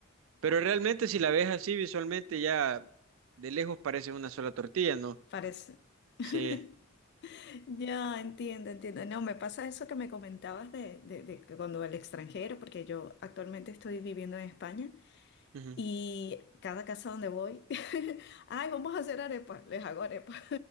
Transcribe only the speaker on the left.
Parece.
<laughs> Ya entiendo, entiendo. No, me pasa eso que me comentabas de, de, de que cuando el extranjero, porque yo actualmente estoy viviendo en España
y cada casa donde voy, <laughs> ay, vamos a hacer arepas, les hago arepas.